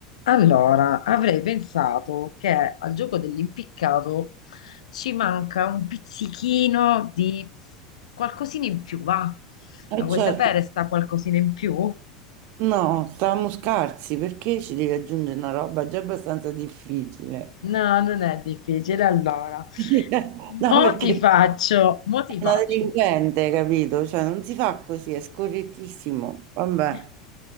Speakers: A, on the left; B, on the right.
A: Allora, avrei pensato che al gioco dell'impiccato ci manca un pizzichino di qualcosina in più, va?
B: Eh
A: La vuoi
B: certo,
A: sapere sta qualcosina in più?
B: no, stavamo scarsi perché ci devi aggiungere una roba già abbastanza difficile.
A: No, non è difficile. Allora,
B: Sì, <laughs> No,
A: mo
B: perché
A: ti faccio, mo ti
B: è
A: faccio,
B: una delinquente, capito? Cioè, non si fa così, è scorrettissimo. Vabbè,
A: <laughs>